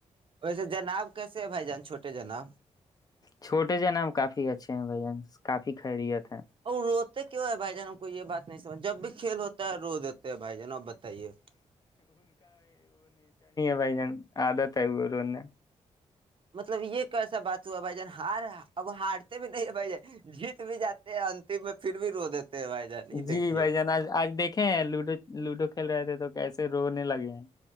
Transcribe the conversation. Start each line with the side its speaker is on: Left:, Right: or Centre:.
Right: ویسے جناب کیسے ہے بھائی جان چھوٹے جناب
Left: چھوٹے ج نا کافی اچھے ہیں بھین کافی خیریت ہیں
Right: اور روتے کیوں ہے بھائی جان کوئی یہ بات نہیں سج جب بھی کھیل ہوتا ہے رو دیتے ہیں بھائی جان اب بتائیے
Left: بھ جن آادت ہے گورو نے
Right: مطلب یہ ایسا بات ہوا بھائی جان ہار رہ ہے اب ہارتے بھی بھائی ج جیت بھی جات ہیں اننتم میں پھر بھی رو دیتے ہیں بھائی جان یہ
Left: جی
Right: دیکھیے
Left: بھائی جان آ آج دیکھے لوڈو لوڈو کھیل رہے تھے تو کیسے رونے لگے ہیں